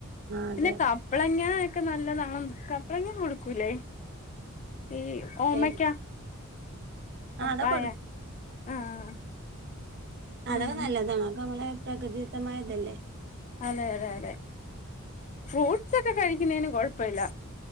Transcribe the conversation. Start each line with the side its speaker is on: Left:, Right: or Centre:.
Right: ആ അതെ
Left: പിന്നെ ക കപ്പള്ങ്ങാ ഒക്കെ നല്ലതാണ കപ്പള്ങ്ങ കൊടുക്കൂലെ ഈ ഓമ്മക്കാ
Right: ഏത്
Left: പപ്പായ
Right: ആ അതൊക്കെ
Left: ആഹ്
Right: അതൊക്ക
Left: ഉം
Right: നല്ലതാണ് അവൊക്ക നമ്മളെ പ്രകൃതിത്തമായ ഇതല്ലേ
Left: അതെ അതെ അതെ ഫ്രൂട്ട്സൊക്ക കഴിക്ക്ന്നീന് കൊഴപ്പല്ല